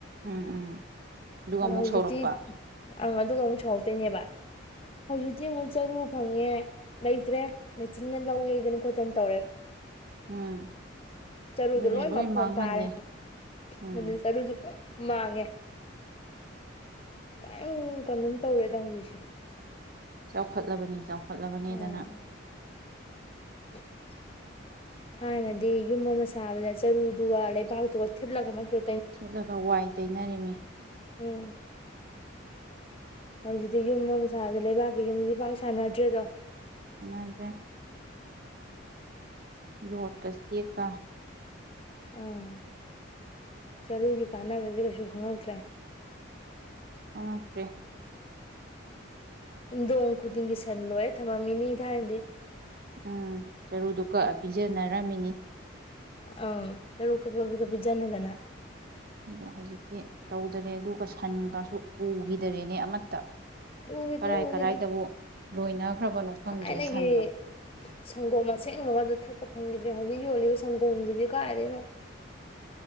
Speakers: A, on the right (about 50°); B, on the left (about 30°).
A: ꯎꯝ ꯎꯝ ꯑꯗꯨꯒ
B: ꯍ
A: ꯑꯃꯨꯛ
B: ꯍꯧꯖꯤꯛꯇꯤ
A: ꯁꯧꯔꯛꯄ
B: ꯑ ꯑꯗꯨꯒ ꯑꯃꯨꯛ ꯁꯧ ꯇꯩꯅꯦꯕ ꯍꯧꯖꯤꯛꯇꯤ ꯑꯃꯨꯛ ꯆꯔꯨ ꯐꯪꯉꯦ ꯂꯩꯇ꯭ꯔꯦ ꯃꯦꯆꯤꯟꯅ ꯂꯧ ꯌꯩꯗꯅ ꯈꯣꯠꯇꯅ ꯇꯧꯔꯦ
A: ꯎꯝ
B: ꯆꯔꯨꯗꯣ
A: ꯑꯗꯨꯅꯦ
B: ꯂꯣꯏ ꯃꯐꯣꯟ
A: ꯃꯥꯡꯍꯜꯂꯤ
B: ꯇꯥꯔꯦ
A: ꯎꯝ
B: ꯃꯗꯨꯅ ꯆꯔꯨꯁꯨ ꯃꯥꯡꯉꯦ ꯀꯩꯝ ꯀꯩꯅꯣꯝ ꯇꯧꯔꯦꯗ ꯍꯧꯖꯤꯛꯁꯦ
A: ꯆꯥꯎꯈꯠꯂꯕꯅꯤ ꯆꯥꯎ ꯈꯠꯂꯕꯅꯦꯗꯅ
B: ꯑꯥ <inaudible> ꯊꯥꯏꯅꯗꯤ ꯌꯨꯝ ꯑꯃ ꯁꯥꯕꯗ ꯆꯔꯨꯗꯨꯒ ꯂꯩꯕꯥꯛꯇꯨꯒ ꯊꯤꯠꯂꯒ ꯅꯠꯇ꯭ꯔ
A: ꯁꯤꯠꯂꯒ ꯋꯥꯏ ꯇꯩꯅꯔꯤꯃꯤ
B: ꯎꯝ ꯍꯧꯖꯤꯛꯇꯤ ꯌꯨꯝ ꯑꯃ ꯁꯥꯗ ꯂꯩꯕꯥꯛꯀꯤ ꯌꯨꯝꯁꯤꯗꯤ ꯄꯥꯛ ꯁꯥꯟꯅꯗꯔꯦꯗꯣ
A: ꯁꯥꯅꯗꯔꯦ ꯖꯣꯠ ꯀ ꯆꯦꯛ ꯀ
B: ꯑꯥ ꯆꯔꯨꯒꯤ ꯀꯥꯟꯅꯕꯁꯦ ꯀꯩꯁꯨ ꯈꯪꯉꯛꯇ꯭ꯔꯦ
A: ꯈꯪꯉꯛꯇꯔꯦ
B: ꯌꯨꯝꯊꯣꯡ ꯈꯨꯗꯤꯡꯒꯤ ꯁꯟ ꯂꯣꯏꯔꯥ ꯊꯝꯃꯝꯃꯤꯅꯤ ꯊꯥꯏꯅꯗꯤ
A: ꯎꯝ ꯆꯔꯨꯗꯨ ꯀꯛꯑ ꯄꯤꯖꯅꯔꯝꯃꯤꯅꯤ
B: ꯑꯩ ꯆꯔꯨ ꯀꯛꯄꯗꯨ ꯄꯤꯖꯅꯗꯅ
A: ꯑꯗꯣ ꯍꯧꯖꯤꯛꯇꯤ ꯇꯧꯗꯔꯦ ꯗꯔꯦ ꯑꯗꯨꯒ ꯁꯟꯒꯁꯨ ꯎꯈꯤꯗꯔꯦꯅꯦ ꯑꯃꯠꯇ
B: ꯎꯈꯤꯗꯔꯦ
A: ꯀꯔꯥꯏ
B: ꯎꯈꯤꯗꯔꯦ
A: ꯀꯔꯥꯏꯗꯕꯨ ꯂꯣꯏꯅꯈ꯭ꯔꯕꯅꯣ ꯈꯪꯗ꯭ꯔꯦ
B: ꯊꯥꯏꯅꯒꯤ
A: ꯁꯟꯗꯣ
B: ꯁꯪꯒꯣꯝ ꯑꯁꯦꯡꯕꯒꯗ ꯊꯛꯄ ꯐꯪꯒꯤꯗꯔꯦ ꯍꯧꯖꯤꯛ ꯍꯧꯖꯤꯛ ꯌꯣꯜꯂꯤꯕ ꯁꯪꯒꯣꯝꯁꯤꯗꯤ ꯀꯥꯏꯗꯩꯅꯣ